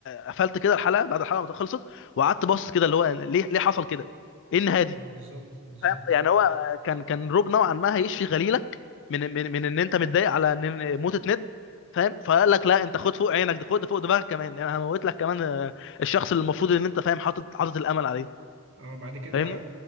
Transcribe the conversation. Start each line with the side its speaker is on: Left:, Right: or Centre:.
Left: آه، قفلت كده الحلقة بعد الحلقة ما خلصت وقعدت بص كده اللي هو ليه ليه حصل كده ايه النهاية
Right: <laughs>
Left: دي
Right: اه بالظبط بالظبط
Left: فاهم يعني هو كان كان روب نوعا ما هيشفي غليلك من من من ان انت متضايق على ان إن موتة نيد فاهم فقال لك لا انت خد فوق عينك ده خد فوق دماغك كمان انا هموت لك كمان آه، الشخص اللي المفروض ان انت فاهم حاطط حاطط الامل عليه
Right: اه بعد كده
Left: فاهمني